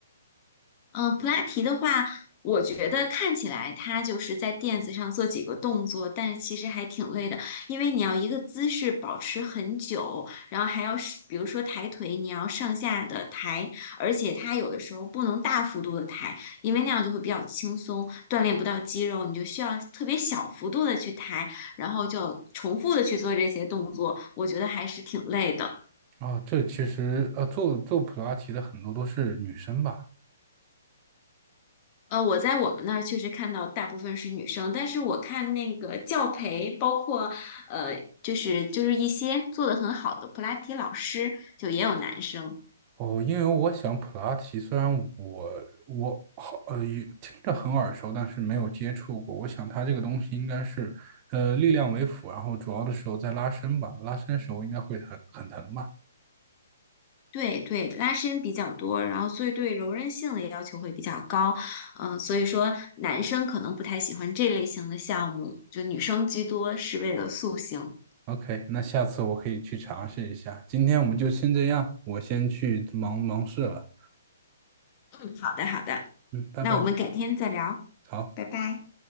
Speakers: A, on the left (about 30°); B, on the right (about 30°).
A: 嗯，呃普拉提的话，我觉得看起来它就是在垫子上做几个动作，但是其实还挺累的，因为你要一个姿势保持很久，然后还要是比如说抬腿，你要上下的抬，而且它有的时候不能大幅度的抬，因为那样就会比较轻松，锻炼不到肌肉，你就需要特别小幅度的去抬，然后就重复的去做这些动作，我觉得还是挺累的。
B: 啊，这其实呃，做做普拉提的很多都是女生吧？
A: 呃，我在我们那儿确实看到大部分是女生，但是我看那个教培，包括呃，就是就是一些做的很好的普拉提老师，就也有男生。
B: 哦，因为我想普拉提虽然我我好呃也听着很耳熟，但是没有接触过。我想它这个东西应该是呃力量为辅，然后主要的时候在拉伸吧，拉伸时候应该会很很疼吧
A: 对对，拉伸比较多，然后所以对柔韧性的要求会比较高。嗯、所以说男生可能不太喜欢这类型的项目，就女生居多是为了塑形。
B: ？OK，那下次我可以去尝试一下。今天我们就先这样，我先去忙忙事了。
A: 嗯，好的好的，
B: 嗯，拜拜，
A: 那我们改天再聊，
B: 好。
A: 拜拜。